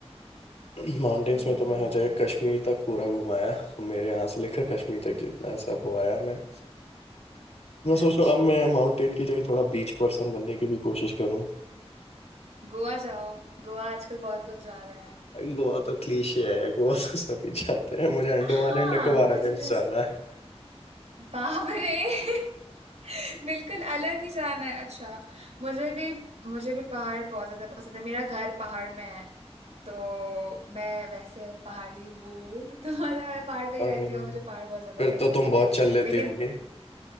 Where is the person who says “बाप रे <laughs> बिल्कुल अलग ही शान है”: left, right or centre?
Right